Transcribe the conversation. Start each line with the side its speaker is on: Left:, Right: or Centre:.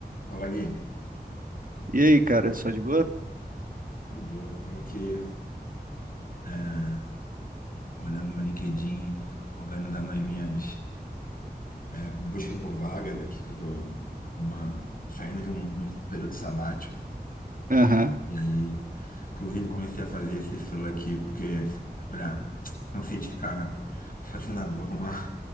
Left: Fala, Gui.
Right: E aí, cara, só de boa?
Left: De boa. Tava aqui é, olhando meu LinkedIn, organizando as minhas é, buscas por vagas aqui, que eu tô numa- saindo de um, de um período sabático.
Right: Aham,
Left: E aí, inclusive, comecei a fazer esse selo aqui, porque, falei, ah, não sei de ficar fascinado, vou arrumar